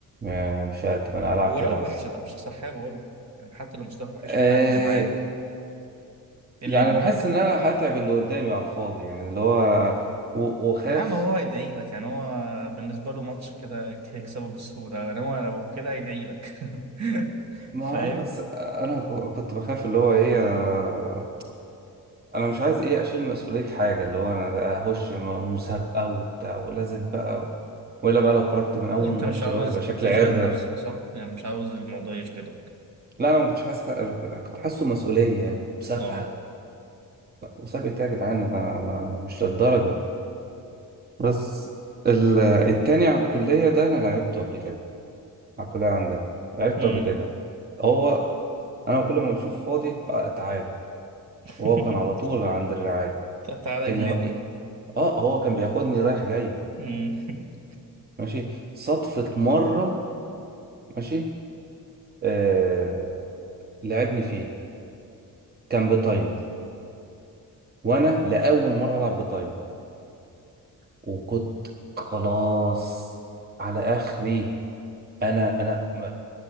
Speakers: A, on the right; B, on the right.
A: آه، مش هقدم أنا هلعب
B: ولو
A: كده بس
B: وحش طب مش هتخسر حاجة بقول لك يعني حتى لو مستواك وحش
A: آه
B: قدم عادي ايه
A: يعني
B: اللي يمنعك
A: بحس إن أنا هتعب اللي قدامي على الفاضي يعني اللي هو و- وخاف
B: يا عم هو هيدعي لك يعني هو بالنسبة له ماتش كده هيكسبه بالسهولة يعني هو لو كده هيدعي لك <laughs>
A: ما
B: فاهم
A: اعرف بس انا ك- كنت بخاف اللي هو ايه آه، انا مش عايز ايه اشيل مسؤولية حاجة اللي هو انا بقى اخش م- مسابقة وبتاع ولازم بقى و- ولا بقى لو خرجت من اول
B: انت
A: ماتش
B: مش عاوز
A: بقى يبقى شكلي
B: تشغل
A: عرة
B: نفسك صح يعني مش عاوز الموضوع يشغلك
A: لا انا ما كنتش حاسس ح- كنت حاسه مسؤولية أوي مسابقة
B: اه
A: مسابقة ايه يا جدعان انا ما- مش للدرجة بس ال- التاني على الكلية ده انا لعبته قبل كده على الكلية عندنا لعبته
B: مم.
A: قبل كده هو انا كل ما بشوف فاضي آه، تعالى
B: <laughs>
A: وهو كان على طول عند الرعاية
B: تع- تعالى
A: كان
B: جلدني
A: اه هو كان بياخدني رايح جاي
B: مم. <laughs>
A: ماشي صدفة مرة ماشي آه لعبني فيها كان بتايمر وانا لأول مرة العب بتايمر وكنت خلاص على اخري انا انا ما-